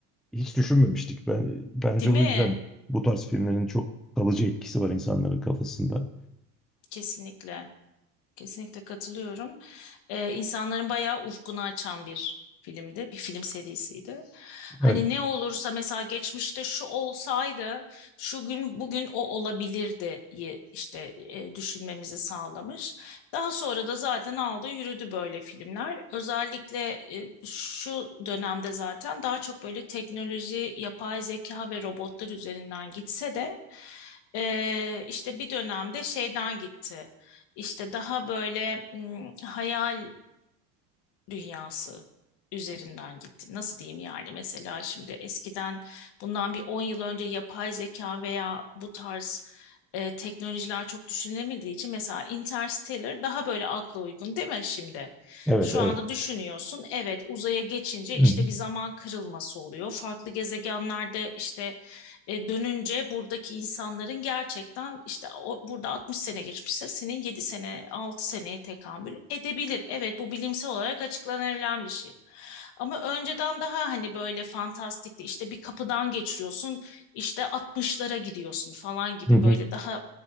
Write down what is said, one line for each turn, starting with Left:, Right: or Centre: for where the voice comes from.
Centre: hiç düşünmemiştik. Ben bence
Left: Değil
Centre: o
Left: mi?
Centre: yüzden bu tarz filmlerin çok kalıcı etkisi var insanların kafasında.
Left: Kesinlikle. Kesinlikle katılıyorum. Ee, insanların bayağı ufkunu açan bir filmdi. Bir film serisiydi. Hani
Centre: Evet.
Left: ne olursa mesela geçmişte şu olsaydı, şu gün bugün o olabilirdi ye- işte e, düşünmemizi sağlamış. Daha sonra da zaten aldı yürüdü böyle filmler. Özellikle e, şu dönemde zaten daha çok böyle teknoloji, yapay zeka ve robotlar üzerinden gitse de e, işte bir dönemde şeyden gitti. İşte daha böyle m, hayal dünyası üzerinden gitti. Nasıl diyeyim yani mesela şimdi eskiden bundan bir 10 yıl önce yapay zeka veya bu tarz e, teknolojiler çok düşünülemediği için mesela Interstellar daha böyle akla uygun değil mi şimdi?
Centre: Evet,
Left: Şu
Centre: evet.
Left: anda düşünüyorsun evet uzaya geçince
Centre: Hı
Left: işte
Centre: hı.
Left: bir zaman kırılması oluyor. Farklı gezegenlerde işte e, dönünce buradaki insanların gerçekten işte o, burada 60 sene geçmişse senin 7 sene 6 seneye tekamül edebilir. Evet bu bilimsel olarak açıklanabilen bir şey. Ama önceden daha hani böyle fantastikti işte bir kapıdan geçiyorsun işte 60'lara gidiyorsun falan gibi
Centre: Hı hı.
Left: böyle daha